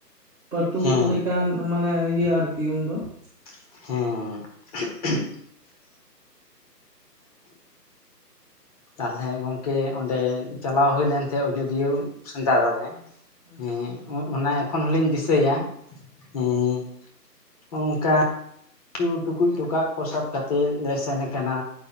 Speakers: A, in the centre; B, on the left (about 20°).
A: ᱯᱟᱹᱴᱩᱵ
B: ᱦᱮᱸ
A: ᱞᱮᱠᱟᱱ ᱢᱟᱱᱮ ᱤᱭᱟᱹ ᱟᱨᱠᱤ ᱩᱱ ᱫᱚ ᱾
B: ᱦᱮᱸ ᱻᱻᱷᱳᱦ-ᱷᱦ ᱾ ᱛᱟᱦᱞᱮ ᱜᱚᱝᱠᱮ ᱚᱸᱰᱮ ᱪᱟᱞᱟᱣ ᱦᱳᱭ ᱞᱮᱱ ᱛᱮ ᱚᱡᱚᱫᱤᱭᱟᱹ ᱥᱮᱸᱫᱟᱨᱟ ᱨᱮ
A: ᱦᱩᱸ ᱦᱩᱸ
B: ᱾ ᱩᱹᱜ ᱚᱱᱟ ᱮᱠᱷᱚᱱ ᱦᱚᱸᱞᱤᱧ ᱫᱤᱥᱟᱹᱭᱟ ᱦᱩᱸ, ᱚᱱᱠᱟ ᱪᱚᱜ, ᱴᱩᱠᱩᱡ ᱴᱚᱠᱟᱜ ᱠᱚ ᱥᱟᱵ ᱠᱟᱛᱮᱜ ᱞᱮ ᱥᱮᱱ ᱟᱠᱟᱱᱟ